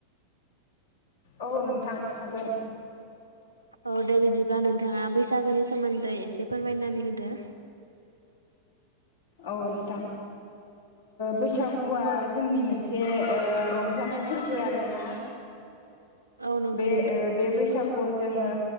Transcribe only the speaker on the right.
औ दे बिदिब्ला नोंथाङा बैसागोनि सोमोन्दै एसे फोरमायनानै होदो।
औ नंगौ
नोंथां